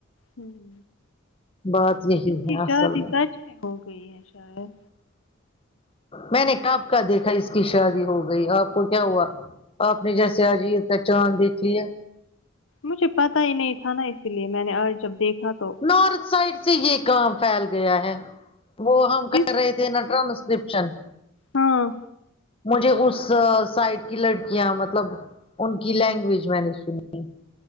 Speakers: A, on the left; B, on the left.
A: ہوں
B: بات یہی
A: اس
B: ہے
A: کی
B: اصل
A: شادی سچ میں ہو گئی ہے شاید
B: میں نے کب کا دیکھا اس کی شادی ہو گئی آپ کو کیا ہوا آپ نے جیسے عجیز کا چاند دیکھ لیا
A: مجھے پتا ہی نہیں تھا نا اسی لیے میں نے آج جب دیکھا تو
B: نارتھ سائڈ سے یہ کام فھیل گیا ہے وہ ہم
A: کس
B: کر رہے
A: نے
B: تھے
A: بولا
B: نا ٹرانسکرپشن
A: ہاں
B: مجھے اس سائڈ کی لڑکیاں مطلب ان کی لینگویج میں نے سنی